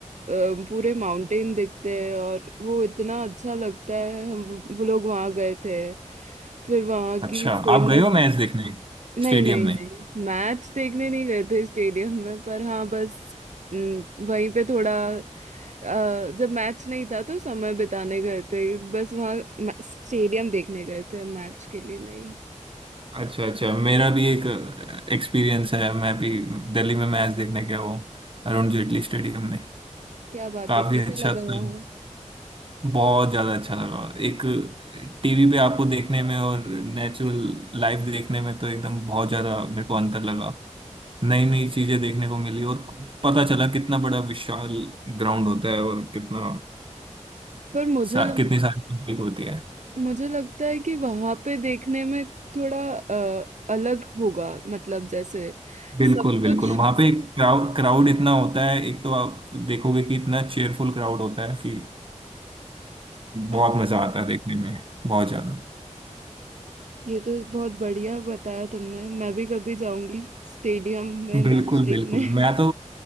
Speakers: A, on the right; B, on the right.
A: अ, पूरे माउंटेन दिखते हैं और वो इतना अच्छा लगता है हम वो लोग वहाँ गए थे फिर वहाँ
B: अच्छा
A: की फेमस
B: आप गए हो मैच देखने
A: नहीं
B: स्टेडियम
A: नहीं
B: में
A: नहीं मैच देखने नहीं गए थे स्टेडियम में पर हाँ बस हम्म, वहीं पे थोड़ा अ, जब मैच नहीं था तो समय बिताने गए थे बस वहाँ स्टेडियम देखने गए थे मैच के लिए नहीं
B: अच्छा अच्छा मेरा भी एक एक्सपीरियंस है मैं भी दिल्ली में मैच देखने गया हूँ अरुण जेटली स्टेडियम में
A: क्या बात
B: काफी
A: है कैसा
B: अच्छा
A: लगा
B: था
A: वहाँ
B: बहुत ज्यादा अच्छा लगा एक टीवी पे आपको देखने में और नेचुरल लाइव देखने में तो एकदम बहुत ज्यादा मेरे को अंतर लगा नई नई चीजें देखने को मिली और पता चला कितना बड़ा विशाल ग्राउंड होता है और कितना
A: पर मुझे
B: सा,
A: लग,
B: कितनी सारी पब्लिक होती है
A: मुझे लगता है कि वहां पे देखने में थोड़ा अ, अलग होगा मतलब जैसे
B: बिल्कुल
A: सब
B: बिल्कुल
A: कुछ
B: वहां पे क्राउड क्राउड इतना होता है एक तो आप देखोगे कि इतना चेयरफुल क्राउड होता है कि बहुत
A: अच-
B: मजा आता है देखने में बहुत ज्यादा
A: ये तो बहुत बढ़िया बताया तुमने मैं भी कभी जाऊंगी स्टेडियम में
B: बिल्कुल
A: मैच देखने
B: बिल्कुल मैं तो